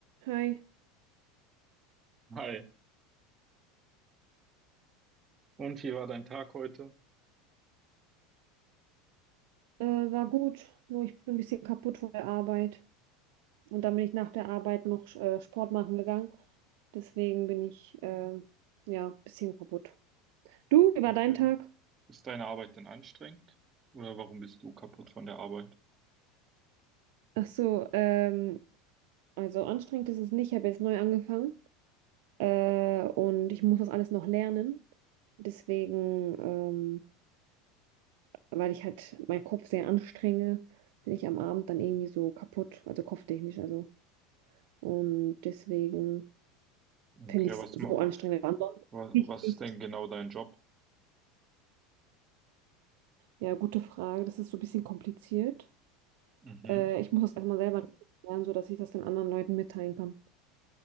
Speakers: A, on the right (about 60°); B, on the right (about 30°).
A: Hi,
B: Hi, und wie war dein Tag heute?
A: äh, war gut, nur ich bin ein bisschen kaputt von der Arbeit. Und dann bin ich nach der Arbeit noch äh, Sport machen gegangen. Deswegen bin ich äh, ja ein bisschen kaputt. Du, wie war
B: Okay.
A: dein Tag?
B: Ist deine Arbeit denn anstrengend? Oder warum bist du kaputt von der Arbeit?
A: Ach so, ähm, also anstrengend ist es nicht. Ich habe jetzt neu angefangen äh, und ich muss das alles noch lernen. Deswegen, ähm, weil ich halt meinen Kopf sehr anstrenge, bin ich am Abend dann irgendwie so kaputt, also kopftechnisch, also. Und deswegen. Finde
B: Okay,
A: ich
B: was,
A: so
B: ma-
A: anstrengend. Aber ansonsten,
B: wa-
A: Nicht,
B: was
A: nicht.
B: ist denn genau dein Job?
A: ja, gute Frage. Das ist so ein bisschen kompliziert.
B: Mhm.
A: Äh, ich muss das erstmal selber richtig lernen, sodass ich das den anderen Leuten mitteilen kann.